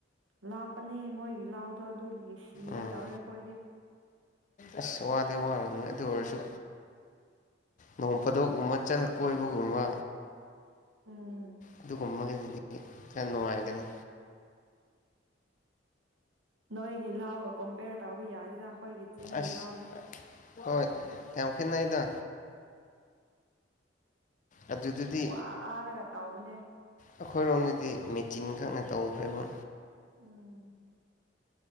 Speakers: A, on the right; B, on the left.
A: ꯂꯥꯞꯄꯅꯦ ꯃꯣꯏꯒꯤ ꯂꯥꯛꯑꯣꯗꯣ ꯑꯗꯨꯒꯤ ꯁꯤꯒꯦ
B: ꯎꯝ
A: ꯇꯧꯔꯦ ꯑꯩꯈꯣꯏꯗꯤ
B: ꯑꯁ ꯋꯥꯗꯤ ꯋꯥꯔꯕꯅꯤ ꯑꯗꯨ ꯑꯣꯏꯔꯁꯨ ꯅꯣꯡ ꯐꯗꯧꯑꯃꯠ ꯆꯅ ꯀꯣꯏꯕꯒꯨꯝꯕ
A: ꯎꯝ
B: ꯑꯗꯨꯒꯨꯝꯕꯒꯤꯗꯨꯗꯤ ꯈꯔ ꯅꯨꯡꯉꯥꯏꯒꯅꯤ
A: ꯅꯣꯏꯒꯂ ꯍꯄ ꯀꯝꯄꯦꯌꯔ ꯇꯧꯕ ꯌꯥꯗꯦꯗ ꯑꯩꯈꯣꯏꯒꯤ ꯆꯤꯡꯒꯤ
B: ꯑꯁ
A: ꯂꯥꯎꯗꯤ
B: ꯍꯣꯏ ꯌꯥꯝ ꯈꯦꯠꯅꯩꯗ ꯑꯗꯨꯗꯗꯤ
A: ꯋꯥꯔꯒ ꯇꯧꯕꯅꯦ
B: ꯑꯩꯈꯣꯏꯔꯣꯝꯗꯗꯤ ꯃꯦꯆꯤꯟ ꯈꯛꯅ ꯇꯧꯈ꯭ꯔꯕ
A: ꯎꯝ